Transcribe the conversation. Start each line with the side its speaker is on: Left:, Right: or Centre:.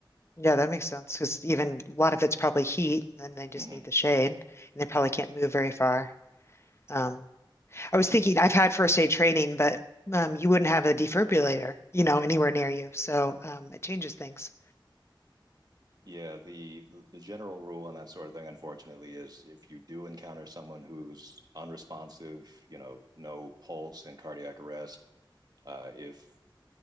Left: Yeah, that makes sense because even a lot of it's probably heat, and then they just
Right: hmm
Left: need the shade, and they probably can't move very far. Um, I was thinking I've had first aid training, but um, you wouldn't have a defibrillator, you know, anywhere near you, so um, it changes things.
Right: Yeah, the the general rule on that sort of thing, unfortunately, is if you do encounter someone who's unresponsive, you know, no pulse and cardiac arrest, uh, if